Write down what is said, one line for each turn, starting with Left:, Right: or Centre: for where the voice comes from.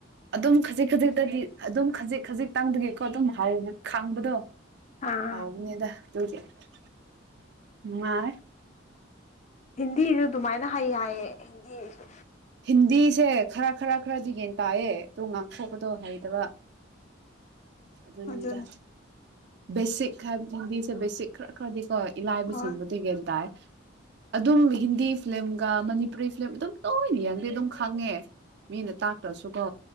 Right: ꯑꯗꯨꯝ ꯈꯖꯤꯛ ꯈꯖꯤꯛꯇꯗꯤ ꯑꯗꯨꯝ ꯈꯖꯤꯛ ꯈꯖꯤꯛꯇꯥꯡꯗꯒꯤꯀꯣ ꯑꯗꯨꯝ ꯍꯥꯎ ꯈꯥꯡꯕꯗꯣ
Left: ꯑꯥ
Right: ꯍꯥꯎꯅꯦꯗ ꯇꯨ ꯀꯉ
Left: ꯍꯤꯟꯗꯤꯁꯨ ꯑꯗꯨꯃꯥꯏꯅ ꯍꯩ ꯍꯥꯏꯌꯦ ꯍꯤꯟꯗꯤꯁꯨ
Right: ꯍꯤꯟꯗꯤꯁꯦ ꯈꯔ ꯈꯔ ꯈꯔꯗꯤꯒꯦꯟ ꯇꯥꯏꯌꯦ ꯇ ꯉꯥꯡꯊꯣꯛꯄꯗꯣ ꯍꯩꯇꯕ ꯑꯗꯨꯔ
Left: ꯑꯗꯨꯅꯤ
Right: ꯦꯁꯤꯛ ꯈꯥꯏ ꯍꯗꯤꯁꯦ ꯦꯁꯤꯛ ꯈꯔ ꯈ꯭ꯔꯗꯤ ꯈꯣ ꯏꯂꯥꯏꯕꯁꯤꯡꯕꯨꯗꯤꯒꯦꯟ
Left: ꯍꯣꯏ
Right: ꯇꯥꯏ ꯑꯗꯨꯝ ꯍꯤꯟꯗꯤ ꯐꯤꯂꯝꯒ ꯃꯅꯤꯄꯨꯔꯤ ꯐꯤꯂꯝ ꯑꯗꯨꯝ ꯇꯣꯏꯅ ꯌꯥꯡꯗꯦ ꯑꯗꯨꯝ ꯈꯪꯉꯦ ꯃꯤꯅ ꯇꯥꯛꯇ꯭ꯔꯁꯨꯀꯣ